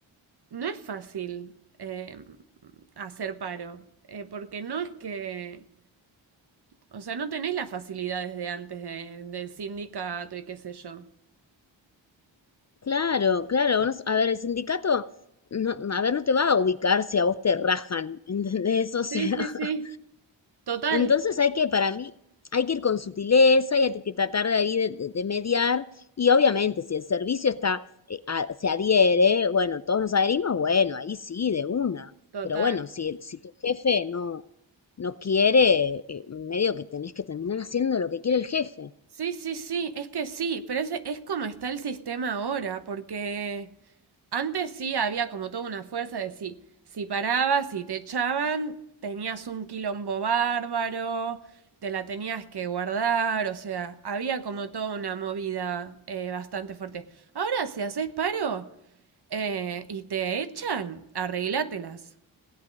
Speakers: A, on the right (about 55°); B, on the left (about 35°).
A: no es fácil eh, hacer paro, eh, porque no es que, o sea, no tenés las facilidades de antes de- del sindicato y qué sé yo.
B: Claro, claro, no s- a ver, el sindicato, no, a ver, no te va a ubicar si a vos te rajan, <laughs> ¿entendés? O sea,
A: Sí, sí,
B: <laughs>
A: sí. Total,
B: entonces hay que, para mí, hay que ir con sutileza y hay que tratar de ahí de, de- de mediar. Y obviamente, si el servicio está, eh, a- se adhiere, bueno, todos nos adherimos, bueno, ahí sí, de una.
A: total.
B: Pero bueno, si, el- si tu jefe no, no quiere, eh, medio que tenés que terminar haciendo lo que quiere el jefe.
A: Sí, sí, sí, es que sí, pero ese es como está el sistema ahora, porque Antes sí había como toda una fuerza de sí, si parabas y te echaban, tenías un quilombo bárbaro, te la tenías que guardar, o sea, había como toda una movida eh, bastante fuerte. Ahora, si haces paro eh, y te echan, arreglátelas.